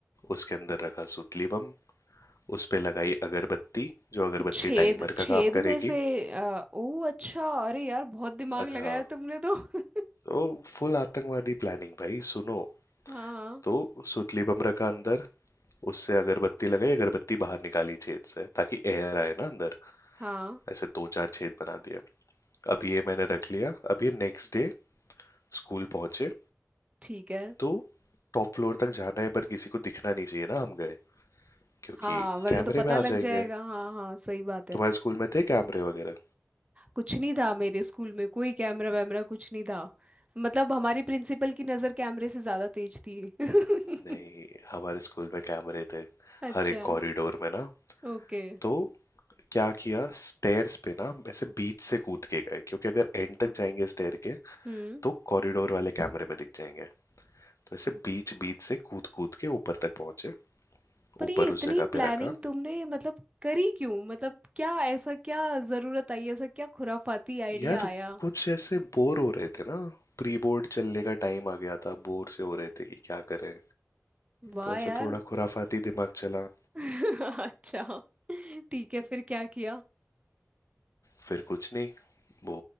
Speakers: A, on the left; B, on the right.
A: उसके अंदर रखा सुतली बम उसपे लगाई अगरबत्ती जो अगरबत्ती
B: तो छेद
A: टाइमर
B: छेद
A: का काम करेगी
B: में से आ, ओ अच्छा अरे यार बहुत दिमाग
A: अग
B: लगाया
A: हाँ
B: तुमने तो <laughs>
A: तो फुल आतंकवादी प्लानिंग भाई सुनो
B: हाँ
A: तो सुतली बम रखा अंदर उससे अगरबत्ती लगाई अगरबत्ती बाहर निकाली छेद से ताकि एयर आए ना अंदर
B: हाँ
A: ऐसे दो चार छेद बना दिए अब ये मैंने रख लिया अब ये नेक्स्ट डे स्कूल पहुंचे
B: ठीक है
A: तो टॉप फ्लोर तक जाना है पर किसी को दिखना नहीं चाहिए ना हम गए क्योंकि
B: हाँ वरना
A: कैमरे
B: तो पता
A: में आ
B: लग
A: जाएंगे
B: जाएगा हाँ हाँ सही बात है
A: तुम्हारे स्कूल में थे कैमरे वगैरह
B: कुछ नहीं था मेरे स्कूल में कोई कैमरा वैमरा कुछ नहीं था मतलब हमारी प्रिंसिपल की नज़र कैमरे से ज़्यादा तेज थी <laughs>
A: नहीं हमारे स्कूल में कैमरे थे
B: अच्छा
A: हर एक कॉरिडोर में ना
B: ओके
A: तो क्या किया स्टेयर्स पे ना ऐसे बीच से कूद के गए क्योंकि अगर एंड तक जाएंगे स्टेयर के
B: हम्म
A: तो कॉरिडोर वाले कैमरे में दिख जाएंगे तो ऐसे बीच बीच से कूद कूद के ऊपर तक पहुंचे
B: पर
A: ऊपर
B: ये इतनी
A: उस जगह
B: प्लानिंग
A: पे रखा
B: तुमने मतलब करी क्यों मतलब क्या ऐसा क्या ज़रूरत आई ऐसा क्या खुराफाती आइडिया
A: यार
B: आया
A: कुछ ऐसे बोर हो रहे थे ना प्री बोर्ड चलने का टाइम आ गया था बोर से हो रहे थे कि क्या करें
B: वाह
A: तो ऐसे
B: यार
A: थोड़ा खुराफाती दिमाग चला
B: <laughs> अच्छा ठीक है फिर क्या किया
A: फिर कुछ नहीं वो